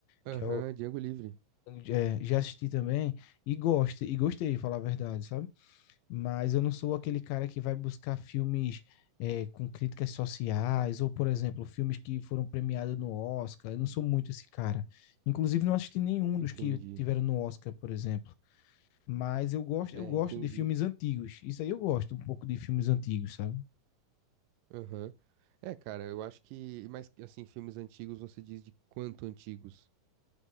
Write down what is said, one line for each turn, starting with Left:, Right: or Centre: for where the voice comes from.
Right: Aham,
Left: que é
Right: Django Livre.
Left: é, já assisti também e gosto, e gostei, falar a verdade, sabe? Mas eu não sou aquele cara que vai buscar filmes é, com críticas sociais, ou, por exemplo, filmes que foram premiados no Oscar. Eu não sou muito esse cara. Inclusive, não assisti nenhum
Right: Entendi.
Left: dos que tiveram no Oscar, por exemplo. Mas eu gosto,
Right: É,
Left: eu gosto
Right: entendi.
Left: de filmes antigos. Isso aí eu gosto um pouco de filmes antigos, sabe?
Right: Aham. É, cara, eu acho que. Mas, assim, filmes antigos, você diz de quanto antigos?